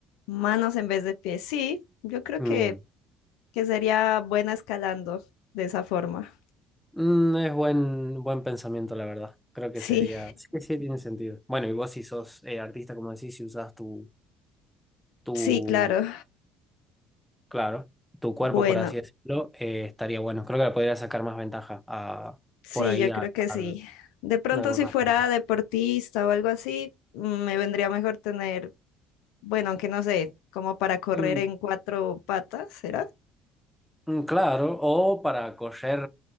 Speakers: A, on the left; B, in the centre.
A: Manos en vez de pies, sí. Yo creo
B: Bien.
A: que que sería buena escalando de esa forma.
B: Mm, es buen, buen pensamiento, la verdad. Creo que
A: Sí,
B: sería... Sí, sí, tiene sentido. Bueno, y vos si sos eh, artista, como decís, si usás tu, tu
A: sí, claro.
B: Claro, tu cuerpo,
A: Bueno,
B: por así decirlo, eh, estaría bueno. Creo que le podría sacar más ventaja a,
A: sí,
B: por ahí
A: yo
B: a,
A: creo que
B: a-
A: sí. De pronto
B: en algunos
A: si fuera
B: aspectos.
A: deportista o algo así, mm, me vendría mejor tener, bueno, aunque no sé, como para correr
B: Mm,
A: en cuatro patas, ¿será?
B: mm, claro, o para coser